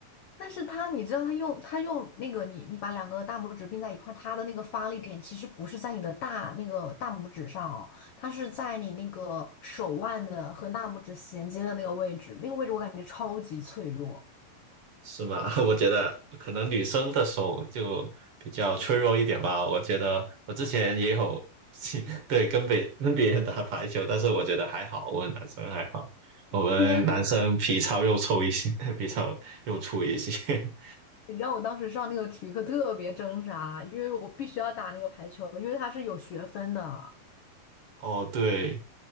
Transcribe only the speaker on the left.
但是它，你知道，它用它用那个你你把两个大拇指并在一块儿，它的那个发力点其实不是在你的大那个大拇指上哦，它是在你那个手腕的和大拇指衔接的那个位置，那个位置我感觉超级脆弱。
天，
你知道我当时上那个体育课特别挣扎，因为我必须要打那个排球，因为它是有学分的，